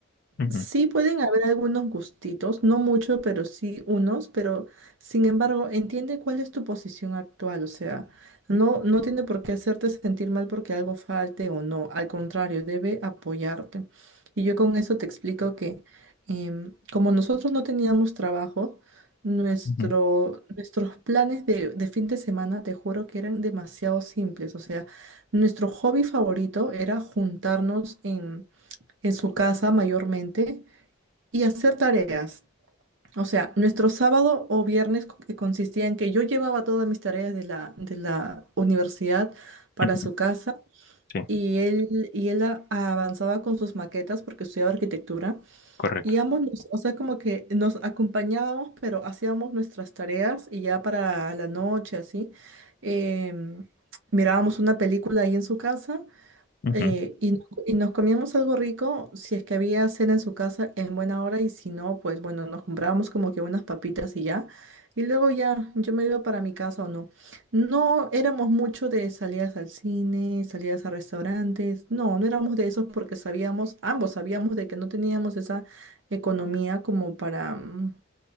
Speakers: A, on the left; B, on the right.
A: Ujú,
B: Sí pueden haber algunos gustitos, no mucho, pero sí unos, pero sin embargo, entiende cuál es tu posición actual, o sea, no, no tiene por qué hacerte sentir mal porque algo falte o no, al contrario, debe apoyarte. Y yo con eso te explico que em, como nosotros no teníamos trabajo, nuestro,
A: ujú,
B: nuestros planes de, de fin de semana, te juro que eran demasiado simples, o sea, nuestro hobby favorito era juntarnos en en su casa mayormente y hacer tareas. O sea, nuestro sábado o viernes co- que consistía en que yo llevaba todas mis tareas de la, de la universidad para
A: ujú.
B: su casa
A: Sí,
B: y él, y él a- avanzaba con sus maquetas porque estudiaba arquitectura
A: correcto.
B: y ambos, nos- o sea, como que nos acompañábamos, pero hacíamos nuestras tareas y ya para la noche, así, em, mirábamos una película ahí en su casa.
A: Ujú,
B: Eh, y, no- y nos comíamos algo rico si es que había cena en su casa en buena hora y si no, pues bueno, nos comprábamos como que unas papitas y ya. Y luego ya yo me iba para mi casa o no. No éramos mucho de salidas al cine, salidas a restaurantes. No, no éramos de esos porque sabíamos, ambos sabíamos de que no teníamos esa economía como para, mm,